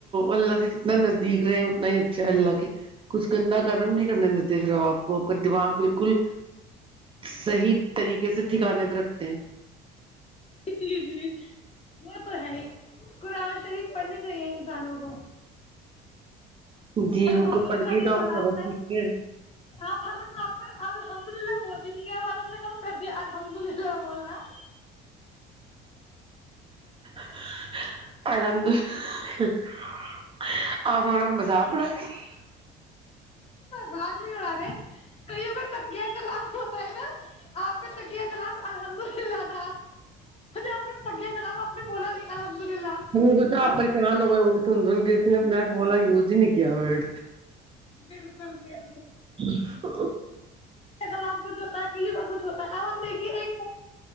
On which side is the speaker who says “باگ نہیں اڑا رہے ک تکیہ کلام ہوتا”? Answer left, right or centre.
Left